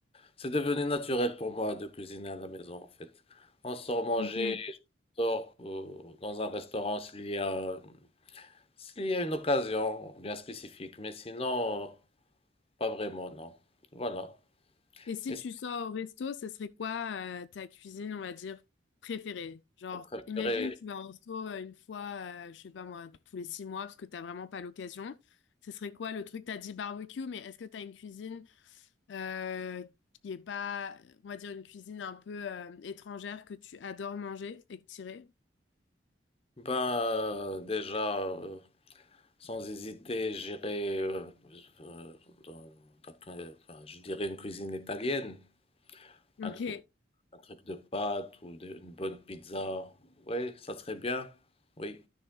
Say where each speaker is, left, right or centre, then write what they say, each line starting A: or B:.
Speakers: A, on the left; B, on the left.
A: C'est devenu naturel pour moi de cuisiner à la maison, en fait. On sort manger,
B: Ok.
A: on sort euh, dans un restaurant s'il y a, s'il y a une occasion bien spécifique. Mais sinon, euh, pas vraiment, non. Voilà.
B: Et si
A: Et
B: tu
A: c'est
B: sors au resto, ce serait quoi euh, ta cuisine, on va dire, préférée? Genre,
A: ma préférée.
B: imagine tu vas au resto euh, une fois, euh, je sais pas moi, tous les six mois parce que t'as vraiment pas l'occasion. Ce serait quoi le truc? T'as dit barbecue, mais est-ce que t'as une cuisine euh, qui est pas, on va dire, une cuisine un peu euh, étrangère que tu adores manger et que tirer.
A: Ben, euh, déjà, euh, Sans hésiter, j'irai, euh, euh, dans- dans- enfin, je dirais une cuisine italienne, un
B: Ok,
A: truc, un truc de pâtes ou de- une bonne pizza. Oui, ça serait bien. Oui,